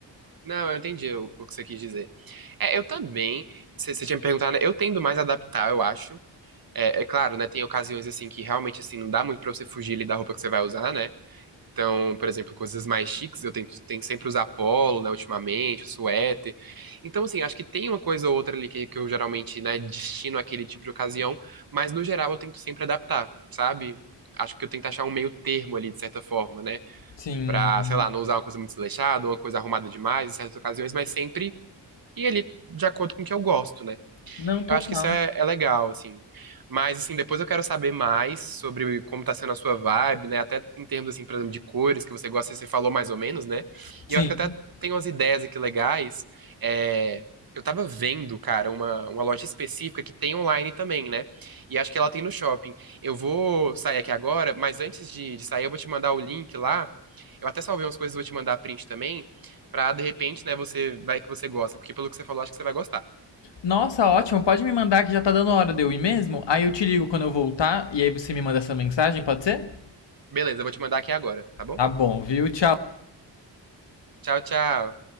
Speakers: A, on the right; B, on the left.
A: Não, eu entendi o, o que você quis dizer. É, eu também, você você tinha me perguntado, né? Eu tendo mais a adaptar, eu acho. É, é claro, né? Tem ocasiões assim que realmente assim não dá muito pra você fugir ali da roupa que você vai usar, né? Então, por exemplo, coisas mais chiques, eu tento, tento sempre usar polo, né, ultimamente, suéter. Então, assim, acho que tem uma coisa ou outra ali que, que eu geralmente, né, destino àquele tipo de ocasião, mas no geral eu tento sempre adaptar, sabe? Acho que eu tento achar um meio termo ali, de certa forma, né?
B: Sim.
A: Pra, sei lá, não usar uma coisa muito desleixada, uma coisa arrumada demais em certas ocasiões, mas sempre ir ali de acordo com o que eu gosto, né?
B: Não, total.
A: Eu acho que isso é, é legal, assim. Mas, assim, depois eu quero saber mais sobre como tá sendo a sua vibe, né? Até em termos, assim, por exemplo, de cores que você gosta, você falou mais ou menos, né?
B: Sim.
A: E eu acho que até tem umas ideias aqui legais. É, Eu tava vendo, cara, uma, uma loja específica que tem online também, né? E acho que ela tem no shopping. Eu vou sair aqui agora, mas antes de, de sair, eu vou te mandar o link lá. Eu até salvei umas coisas, vou te mandar print também, pra de repente, né, você vai que você gosta, porque pelo que você falou, acho que você vai gostar.
B: Nossa, ótimo. Pode me mandar que já tá dando hora de eu ir mesmo? Aí eu te ligo quando eu voltar e aí você me manda essa mensagem, pode ser?
A: Beleza, eu vou te mandar aqui agora, tá bom?
B: Tá bom, viu? Tchau.
A: Tchau, tchau.